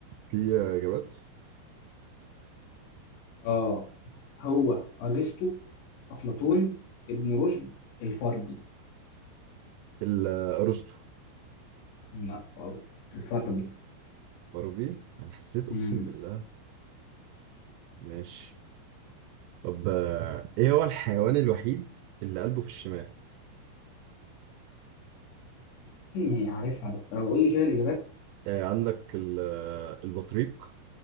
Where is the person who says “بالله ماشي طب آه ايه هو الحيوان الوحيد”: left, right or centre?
Right